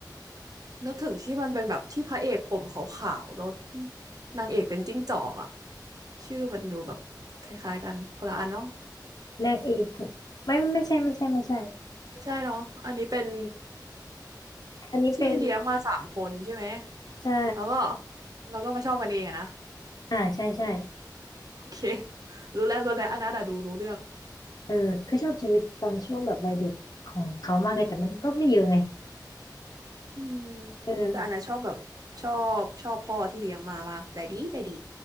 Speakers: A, on the right; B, on the left.
A: นึกถึงที่มันเป็นแบบที่พระเอกผมขาวๆแล้วนางเอกเป็นจิ้งจอกอะชื่อมันดูแบบคล้ายๆกันคนละอันเนาะ
B: เน่งเอกไม่ไม่ใช่ไม่ใช่ไม่ใช่
A: <laughs> ไม่ใช่เนาะอันนี้เป็น
B: อันนี้เป็น
A: ที่เลี้ยงมาสามคนใช่ไหม
B: ใช่
A: แล้วก็แล้วก็มาชอบกันเองอะนะ
B: อ่าใช่ใช่
A: โอเค <laughs> รู้แล้วรู้แล้วอันนั้นอะดูรู้เรื่อง
B: เออคือชอบชีวิตตอนช่วงแบบวัยเด็กของเขามากเลยแต่มันก็ไม่เยอะไง
A: อืมอืม
B: เออละ
A: แต่อันนั้นชอบแบบชอบชอบพ่อที่เลี้ยงมามากใจดีใจดี